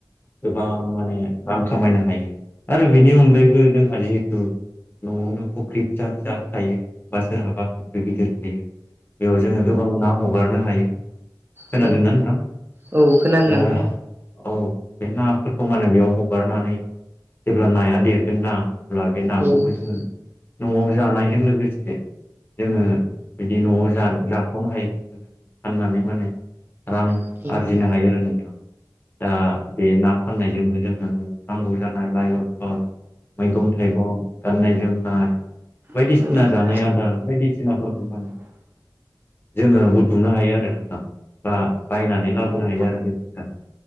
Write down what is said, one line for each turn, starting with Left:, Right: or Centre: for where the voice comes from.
Left: गोबां माने रां खामायनो हायो आरो बेनि अनगायैबो जोंहा जिहेथु न'आवनो फुख्रि फिसा फिसा थायो बा सोरहाबा फुख्रि गिदिर थायो। बेयाव जोङो गोबां ना हगारनो हायो खोनादोंना
Right: औ
Left: नोंथां?
Right: औ खोनादों
Left: दा
Right: नोंथां
Left: औ बे नाफोरखौ माने बेयाव हगारनानै जेब्ला नाया देरगोन ना अब्ला बे नाखौबो
Right: औ
Left: जोङो
Right: औ
Left: न'आव जानायजों लोगोसे जोङो बिदि न'आव जान जाख'नो हायि फाननानै माने रां
Right: औ
Left: आरजिनो हायो आरो नोंथां। दा बे ना फाननायजोंबो जोङो नांगौ जानाय लाइ लथ'र मैगं थाइगं गाननाय जोमनाय बायदिसिना
Right: औ
Left: जानाय आदार बायदिसिनाफोर <unintelligible> जोङो बुथुमनो हायो आरो नोंथां बा बायनानै लाबोनो
Right: औ
Left: हायो आरो <unintelligible>